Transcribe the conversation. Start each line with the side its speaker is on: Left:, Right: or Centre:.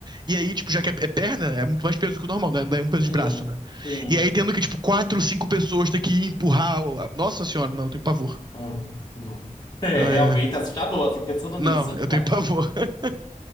Right: E aí, tipo, já que é é perna, é muito mais peso do que o normal, né? Não é um peso de
Left: Sim,
Right: braço, né?
Left: sim.
Right: E aí, tendo que, tipo, quatro, cinco pessoas ter que ir empurrar. o- a- Nossa senhora, não, eu tenho pavor.
Left: Ah, não. É
Right: Ai,
Left: realmente
Right: ai.
Left: é assustador, assim, pensando
Right: Não,
Left: nisso.
Right: eu tenho pavor. <laughs>